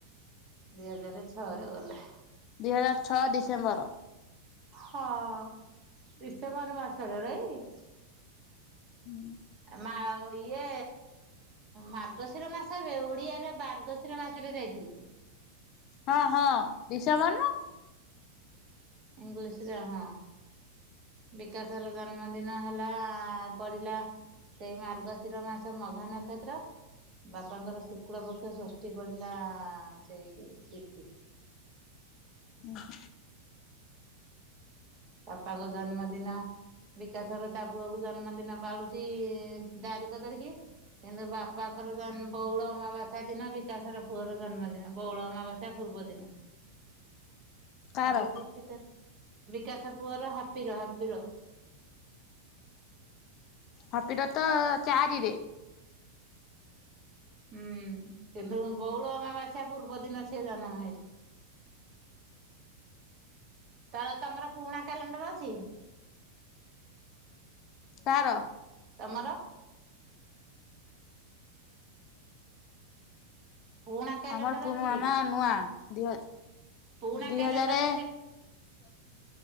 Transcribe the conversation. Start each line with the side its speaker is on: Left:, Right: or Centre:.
Right: ଦି ହଜାର ଛଅ ରେ ଗଲେ।
Left: ଦି ହଜାର ଛଅ ଡିସେମ୍ବର।
Right: ହଁ ଡିସେମ୍ବର ମାସରେ ନେଇ?
Left: ହୁଁ।
Right: ମା ଇଏ ମାର୍ଗଶିର ମାସରେ ଓଡିଆରେ ମାର୍ଗଶିର ମାସରେ ଯାଇଥିଲେ।
Left: ହଁ ହଁ ଡ଼ିସେମ୍ବର ନା?
Right: ଇଂଲିଶ ରେ ହଁ। ବିକାଶର ଜନ୍ମଦିନ ହେଲା ପଡିଲା। ସେଇ ମାର୍ଗଶିର ମାସ ମାଘ ନକ୍ଷତ୍ର। ବାପାଙ୍କର ଶୁକ୍ଳ ପକ୍ଷ ଷଷ୍ଠୀ ପଡିଲା ସେଇ ତିଥି।
Left: ହୁଁ।
Right: ବାପାଙ୍କ ଜନ୍ମଦିନ ବିକାଶ ର ତା ପୁଅକୁ ଜନ୍ମଦିନ ପାଳୁଚି ତାରିଖ ଧରିକି। କିନ୍ତୁ ବାପାଙ୍କର ଜନ୍ ବଉଳ ଅମାବାସ୍ୟା ଦିନ ବିକାଶର ପୁଅର ଜନ୍ମଦିନ ବଉଳ ଅମାବାସ୍ୟା। ତା ପୂର୍ବଦିନ ଆଉ
Left: କାର
Right: ଯେତିକି ତାର ବିକାଶ ପୁଅର ହାପିର ହାପିର।
Left: ଫପିଟ ତ ଚାରିରେ।
Right: ହୁଁ କିନ୍ତୁ ବଉଳ ଅମାବାସ୍ୟା ପୂର୍ବ ଦିନ ସିଏ ଜନ୍ମ ହେଇଛି। ତ ତମର ପୁରୁଣା କ୍ୟାଲେଣ୍ଡର ଅଛି?
Left: ତାର
Right: ତମର? ପୁରୁଣା କ୍ୟାଲେଣ୍ଡର
Left: ଆମର ପୁରୁଣା
Right: ଅଛି କି?
Left: ନା ନୂଆ ଦୁଇହ
Right: ପୁରୁଣା
Left: ଦୁଇ
Right: କ୍ୟାଲେଣ୍ଡରରେ
Left: ହଜାର
Right: ଦେଖ